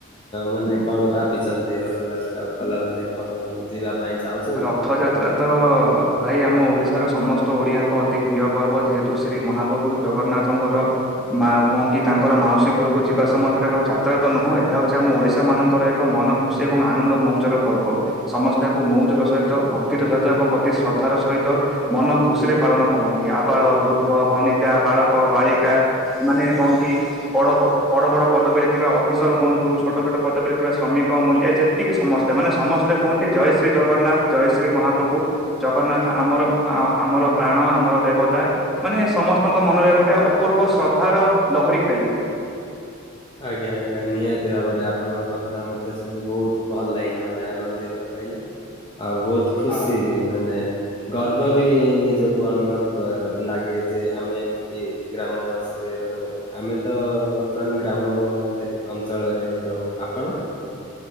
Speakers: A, on the left; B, in the centre.
A: ମାନେ କଣ ଭାବିଛନ୍ତି ରଥଯାତ୍ରା ଉପଲବ୍ଧେ କଣ ଯିବା ପାଇଁ ଚାହୁଁଛନ୍ତି?
B: ରଥଯାତ୍ରା ତ। ଭାଇ ଆମ ଓଡ଼ିଶାର ସମସ୍ତ ଓଡ଼ିଆଙ୍କ ଅତି ପ୍ରିୟ ପର୍ବ ଯେହେତୁ ଶ୍ରୀ ମହାପଭୁ ଜଗନ୍ନାଥଙ୍କର। ମା ଆଉ କନ୍ କି ତାଙ୍କର ମାଉସୀ ଘରକୁ ଯିବା ସମୟ ସେଟା କଉ ଯାତାୟାତ ନୁହଁ ଏହା ହଉଛି ଆମ ଓଡ଼ିଶା ମାନଙ୍କର ଏ ମନଖୁସି ଏବଂ ଆନନ୍ଦ ମଉଜର ପର୍ବ ସମସସ୍ତେ ଆକୁ ମଉ ଜ ସହିତ ଭକ୍ତିର ସହିତ ଏବଂ ଅତି ଶ୍ରଦ୍ଧାର ସହିତ ମନ ଖୁସିରେ ପାଳନ କରନ୍ତି। ଆବାଳ ବୃଦ୍ଧ, ବନିତା, ବାଳକ, ବାଳିକା, ମାନେ କହନ୍ତି। ବଡ଼ ବଡ଼ ବଡ଼ ପଦବୀରେ ଥିବା ଅଫିସର ହୁହନ୍ତୁ ଛୋଟ ଛୋଟ ପଦବୀରେ ଥିବା ଶ୍ରମିକ ମୂଲ୍ୟ ଯେତେ ଟିକେ ସମସ୍ତେ ମାନେ ସମସ୍ତେ କୁହନ୍ତି ଜୟ ଶ୍ରୀ ଜଗନ୍ନାଥ ଜୟ ଶ୍ରୀ ମହାପ୍ରଭୁ। ଜଗନ୍ନାଥ ଆମର ଆମର ପ୍ରାଣ ଆମର ଦେବତା। ମାନେ ସମସ୍ତଙ୍କ ମନରେ ଗୋଟେ ଅପୂର୍ବ ଶ୍ରଦ୍ଧାର ଲହରୀ ଖେଳି ଉଠେ।
A: ଆଜ୍ଞା ଆଜ୍ଞା ନିହାତି ଭାବରେ ଆପଣଙ୍କ କଥା ମୋତେ ଶୁଣି ବହୁତ ଭଲ ଲାଗିଲା ମାନେ ଆନନ୍ଦିତ ମିଳିଲା। ଆଉ ବହୁତ ଖୁସି
B: ହଁ।
A: ବି ମାନେ ଗର୍ବ ବି ନିଜକୁ ଅନୁଭବ ଲାଗେ, ଯେ ଆମେ- ଗ୍ରାମ ବାସୀରେ ରହୁ, ଆମେ ତ ବର୍ତ୍ତମାନ ଗ୍ରାମ ଅଞ୍ଚଳରେ ରହୁ। ଆପଣ?